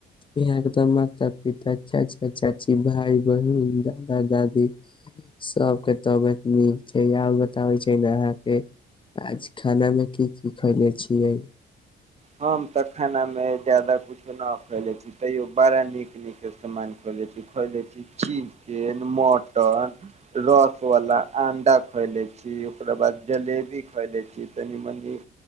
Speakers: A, on the left (about 25°); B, on the right (about 35°).
A: इहांके त मा माता पिता, चाचा चाची, भाय बहिन, दादा दादी सब के तबियत नीक छै। आब बताबे छै ने अहांके आज खाना मे की की खयले छियै?
B: हम त खाना मे जादा कुछो न खैले छी, तैयो बड़ा नीक नीक समान खैले छी, चिकेन, मटन, रस वला अंडा खएले छी। ओकरा बाद जलेबी खएले छी, तनी मनी